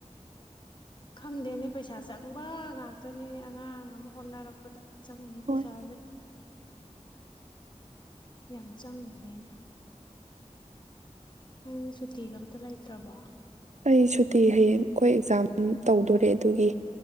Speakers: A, on the left (about 40°); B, on the right (about 70°).
A: ꯈꯪꯗꯦꯅꯦ ꯄꯩꯁꯥ ꯆꯪꯕ ꯉꯥꯛꯇꯅꯤꯅꯦ ꯑꯉꯥꯡ ꯑꯃ ꯍꯣꯠꯅꯔꯛꯄꯗ ꯆꯪꯉꯤ
B: ꯍꯣꯏ
A: ꯄꯩꯁꯥꯁꯦ ꯌꯥꯝ ꯆꯪꯈ꯭ꯔꯦꯅꯦ ꯅꯪ ꯁꯨꯇꯤꯒ ꯑꯝꯇ ꯂꯩꯇ꯭ꯔꯕꯣ
B: ꯑꯩ ꯁꯨꯇꯤ ꯍꯌꯦꯡ ꯑꯩꯈꯣꯏ ꯑꯦꯛꯖꯥꯝ ꯇꯧꯗꯣꯔꯦ ꯑꯗꯨꯒꯤ